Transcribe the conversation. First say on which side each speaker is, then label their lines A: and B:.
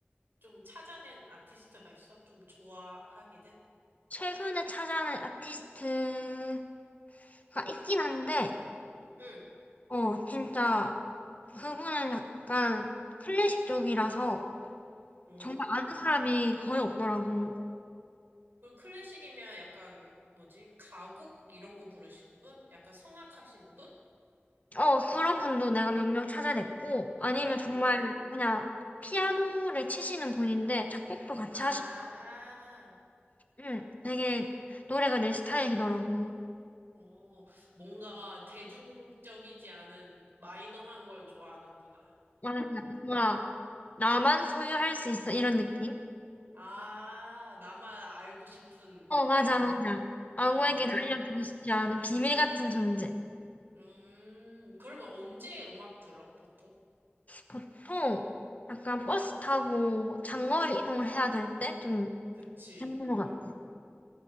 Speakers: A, on the right; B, on the left.
A: 좀 찾아낸 아티스트가 있어? 좀 좋아하게 된?
B: 최근에 찾아낸 아티스트가 있긴 한데,
A: 응.
B: 어, 진짜 그분은 약간 클래식 쪽이라서
A: 오.
B: 정말 아는 사람이 거의 없더라고.
A: 그 클래식이면 약간 뭐지? 가곡 이런 거 부르시는 분? 약간 성악하시는 분?
B: 어, 그런 분도 내가 몇 명 찾아냈고, 아니면 정말
A: 음.
B: 그냥 피아노를 치시는 분인데 작곡도 같이
A: 아.
B: 하시고, 응, 되게 노래가 내 스타일이더라고.
A: 어, 뭔가 대중적이지 않은 마이너한 걸 좋아하는구나.
B: 아, 뭔가 나만 소유할 수 있어 이런 느낌?
A: 아, 나만 알고 싶은
B: 어 맞아
A: 그런 사람.
B: 맞아 아무에게나
A: 뭔지 알
B: 알려주고
A: 것 같아.
B: 싶지 않은 비밀 같은 존재
A: 음, 그러면 언제 음악 들어, 보통?
B: 보통 약간 버스 타고 장거리 이동을 해야 될 때 좀
A: 그치.
B: 찾는
A: 음,
B: 것 같아